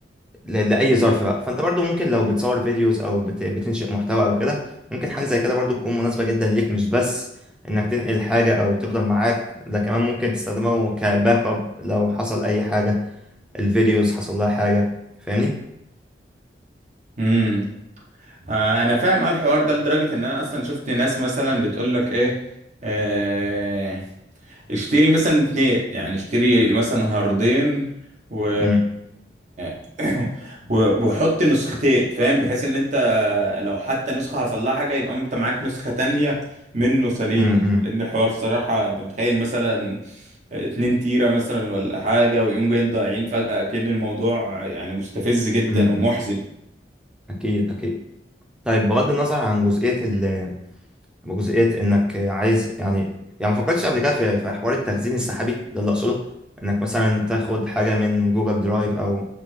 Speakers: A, in the centre; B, on the right.
A: ل- لأي ظرف بقى فأنت برضو ممكن لو بتصور فيديوز أو بت... بتنشئ محتوى أو كده ممكن حاجة زي كده برضو تكون مناسبة جدا ليك مش بس إنك تنقل حاجة أو تفضل معاك ده كمان ممكن تستخدمه كباك أب لو حصل أي حاجة الفيديوز حصل لها حاجة فاهمني؟
B: امم آه، انا فاهم اه الحوار ده لدرجه ان انا اصلا شفت ناس مثلا بتقول لك ايه آه، اشتري مثلا اتنين يعني اشتري مثلا هاردين و...
A: أمم،
B: <coughs> <clears throat> و- وحط نسختين فاهم بحيث ان انت لو حتى نسخه حصل لها حاجه يبقى انت معاك نسخه تانية منه سليم
A: أمم، أمم،
B: لان الحوار الصراحه انت متخيل مثلا اتنين تيرة مثلا ولا حاجة ويقوم جايين ضايعين فجأة أكيد الموضوع يعني مستفز جدا
A: أمم،
B: ومحزن
A: أكيد أكيد طيب بغض النظر عن جزئية ال جزئية انك عايز يعني يعني ما فكرتش قبل كده في في حوار التخزين السحابي ده اللي اقصده انك مثلا تاخد حاجة من جوجل درايف او